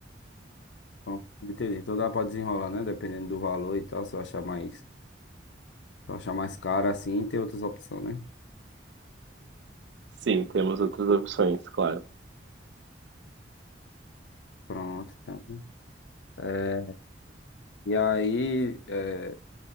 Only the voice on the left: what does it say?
Então, Entendeu? Então dá pra desenrolar, né? Dependendo do valor e tal. Se eu achar mais, se eu achar mais caro assim, tem outras opções, né?
Pronto, então. É, e aí, é,